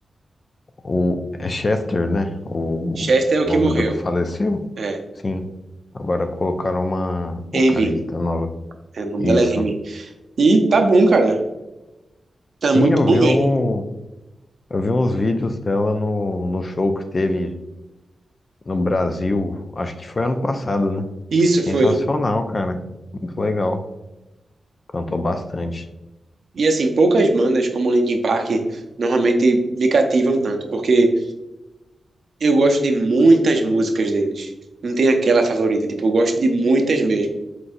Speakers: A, on the left; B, on the right.
A: O é Chester, né? O
B: Chester é o
A: nome
B: que morreu.
A: do que faleceu?
B: É.
A: Sim. Agora colocaram uma vocalista
B: Amy.
A: nova.
B: É, o nome
A: Isso.
B: dela é Amy. E tá bom, cara. Tá
A: Sim,
B: muito
A: eu
B: bom
A: vi,
B: mesmo.
A: um, eu vi uns vídeos dela no, no show que teve no Brasil. Acho que foi ano passado, né?
B: Isso foi.
A: Sensacional, cara. Muito legal. Cantou bastante.
B: E assim, poucas bandas como Linkin Park normalmente me cativam tanto, porque eu gosto de muitas músicas deles. Não tem aquela favorita, tipo, eu gosto de muitas mesmo.